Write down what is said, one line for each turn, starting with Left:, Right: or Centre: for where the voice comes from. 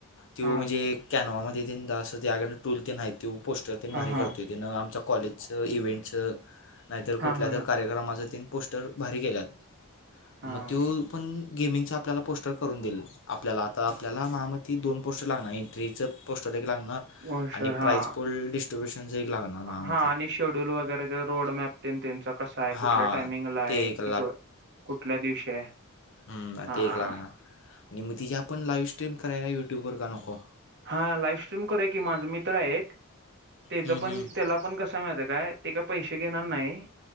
Left: तो
Right: हा
Left: म्हणजे कॅनवा मध्ये तं त्याकडे टूल त नाही त पोस्टर ते
Right: हा
Left: भारी
Right: हा
Left: करते. तीनं आमच्या कॉलेजचं इव्हेंटचं नाहीतर कुठल्यात
Right: हा हा हा
Left: कार्यक्रमाचं तिन पोस्टर भारी केल्यात.
Right: हा
Left: मग तो पण गेमिंगचा आपल्याला पोस्टर करून दिल. आपल्याला आता आपल्याला म हा मती दोन पोस्टर लागणार. एंट्रीचं पोस्टर एक लागणार.
Right: ओनशर
Left: आणि
Right: हा.
Left: प्राईज कोल्ड डिस्ट्रीब्युशनच एक लागणार माहामती.
Right: हा आणि शेड्यूल वगैरे रोड मॅप. त्यांचा कसा आहे
Left: हां
Right: कुठल्या टायमिंगला आहे
Left: ते एक
Right: कि कुठल्या दिवशी आहे.
Left: हम्
Right: हा
Left: ते एक लागणार आणि मग तिची आपण लाईव्ह स्ट्रीम करायला युट्यूब वर का नको.
Right: हा लाईफ स्ट्रीम करय की माझा मित्र आहे एक तेच
Left: हं,
Right: पण.
Left: हं,
Right: त्याला पण कसा माहत काय ते का पैसे घेणार नाही.